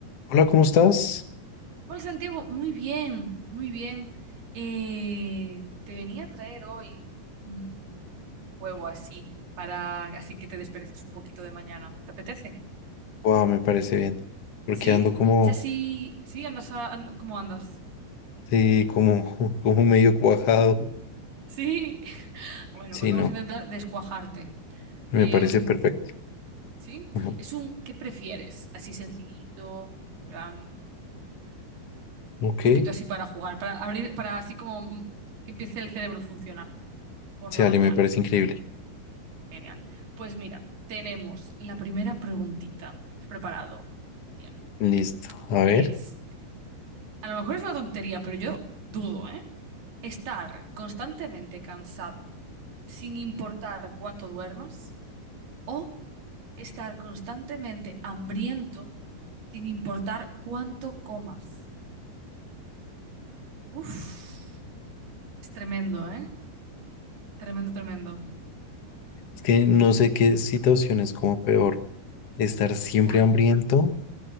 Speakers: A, on the left; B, on the right.
A: Hola, ¿cómo estás?
B: Hola Santiago, muy bien, muy bien. Eh, te venía a traer hoy un, un juego así, para así que te despereces un poquito de mañana. ¿Te apetece?
A: Guau, me parece bien. Porque
B: ¿Sí?
A: ando como,
B: Si así, sí, andas a- and- ¿cómo andas?
A: sí, como, <laughs> como medio cuajado.
B: Sí. <laughs> Bueno,
A: Sí,
B: pues vamos
A: no,
B: a intentar descuajarte.
A: me
B: Em,
A: parece perfecto.
B: ¿sí?
A: Ajá.
B: Es un ¿qué prefieres? Así sencillito, en plan,
A: Ok,
B: un poquito así para jugar, para abrir, para así como mm, que empiece el cerebro a funcionar por
A: sí,
B: la
A: Ale,
B: mañana.
A: me parece increíble.
B: Genial. Pues mira, tenemos la primera preguntita. ¿Estás preparado? Bien.
A: Listo. A
B: Es,
A: ver,
B: a lo mejor es una tontería, pero yo dudo, ¿eh? Estar constantemente cansado sin importar cuánto duermas o estar constantemente hambriento sin importar cuánto comas. Uf, es tremendo, ¿eh? Tremendo, tremendo.
A: es que no sé qué situación es como peor. Estar siempre
B: Ya.
A: hambriento